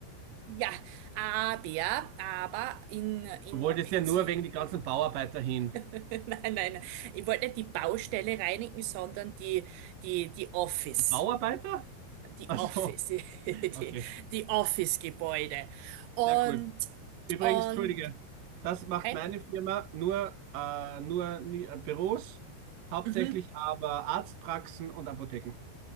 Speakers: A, on the right; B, on the right.
A: Ja, aber, aber in, in
B: Du wolltest
A: Pensil.
B: ja nur wegen die ganzen Bauarbeiter hin.
A: <laughs> Nein, nein. Ich wollte nicht die Baustelle reinigen, sondern die, die, die Office.
B: Die Bauarbeiter?
A: Die
B: Also,
A: Office, <laughs> die, die
B: okay,
A: die Office-Gebäude. Und,
B: sehr cool. Übrigens,
A: und,
B: entschuldige, das macht
A: okay.
B: meine Firma nur, äh, nur nie- äh, Büros, hauptsächlich
A: Mhm.
B: aber Arztpraxen und Apotheken.